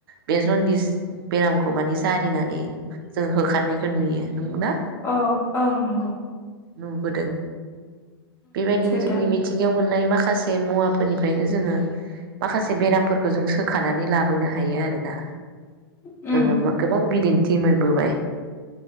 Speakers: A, on the right; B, on the left.
A: बे जनदिस बेरामखौ मानि जारिनानै जों होखारनायखौ नुयो नोंगोना?
B: औ ओं नोंगौ
A: नुबोदों। बेबायदिनो
B: सैथो
A: जोंनि मिथिंगायाव अननाय माखासे मुवाफोरनिफ्रायनो जोङो माखासे बेरामफोरखौ जों सोखानानै लाबोनो हायो आरोना
B: उम
A: जोङो मा बिदिन्थि मोनबोबाय।